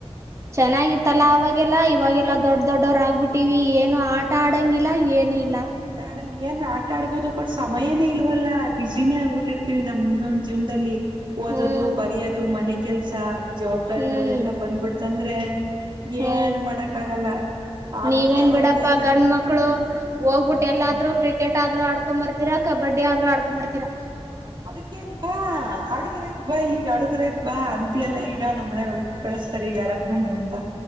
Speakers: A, on the right; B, on the right.
A: ಚೆನ್ನಾಗಿತ್ತಲ್ಲ ಅವಾಗೆಲ್ಲಾ ಇವಾಗೆಲ್ಲ ಲ್ಲ ದೊಡ್ ದೊಡ್ಡವರ ಆಗ್ಬಿಟ್ಟಿವಿ ಏನು ಆಟ ಆಡಂಗಿಲ್ಲ ಇಲ್ಲ ಏನ ಇಲ್ಲ
B: ನ ಏನ್ ಆಟ ಆಡ್ಬೋುದು ಬಟ್ ಸಮಯನೇ ಇಲ್ವಲ್ಲ ಬಿಸಿನೇ ಆಗ್ಬಿಟ್ಟಿರ್ತಿೀವಿ ನಮ್ ನಮ್ ಜೀವನದಲ್ಲಿ ಓದದು
A: ಹ್ಮ್
B: ಬರಯೋದು ಮನೆಗೆ ಕೆಲ್ಸ ಜವಾಬ್ದಾರಿಗಳಗಳುೆಲ್ಲಾ
A: ಹ್ಮ್
B: ಬಂದ್ಬಿಡ್ತಂದ್ರೆ ಹ
A: ಹ್ಮ್
B: ಏನು ಮಾಡಕ್ಕ ಆಗಲ್ಲ ಆಗ್ಬಿಡ್ತಾವ
A: ನೀವೇನ್ ಬಿಡಪ್ಪ
B: ಹಂಗೆ ಅದು
A: ಗಂಡ ಮಕ್ಳು ಹೋಗ್ಬಿಟ್ಟು ಎಲ್ಲಾದ್ೂ ಕ್ರಿಕೆಟ್ ಆದ್ರೂ ಆಡ್ಕೊ್ ಬರ್ತೀರಾ ಕಬಡ್ಡಿ ಆದ್ರೂ ಆಡ್ಕೊ್ಂಬರ್ತೀರಾ
B: ಅದಕ್ಕೇನ್ ಬಾ ಆಡುದ್ರಐತ್ ಬಾ ಈಗ ಆಡುದ್ರೈಐ್ ಬಾ ಎಲ್ಲ ಈಗ ನಮ್ಮ್ನ ಕಳಿಸ್ತಾರೆ ಈಗ ಅರಗ್ ಬಂದ್ರ ಅಂತ